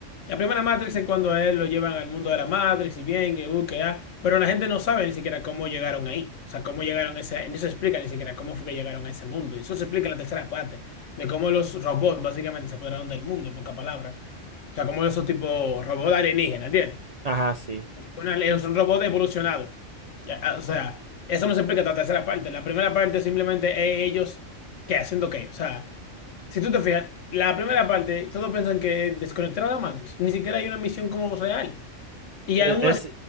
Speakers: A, on the left (about 75°); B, on the right (about 50°).
A: la primera Matrix es cuando a él lo llevan al mundo de la Matrix y bien, que, uh, que, ah, pero la gente no sabe ni siquiera cómo llegaron ahí, o sea, cómo llegaron a ese, no se explica ni siquiera cómo fue que llegaron a ese mundo, y eso se explica en la tercera parte, de cómo los robots básicamente se apoderaron del mundo, en pocas palabras, o sea, como esos tipo robots alienígenas, ¿entiendes?
B: Ajá, sí.
A: Una- es un robot evolucionado, Ya, ah, o sea, eso no se explica en la tercera parte, la primera parte simplemente es ellos, ¿qué? ¿Haciendo qué? O sea... Si tú te fijas, la primera parte, todos piensan que es desconectar a la Matrix. Ni siquiera hay una misión como real. Y
B: E-
A: aún
B: Es,
A: así,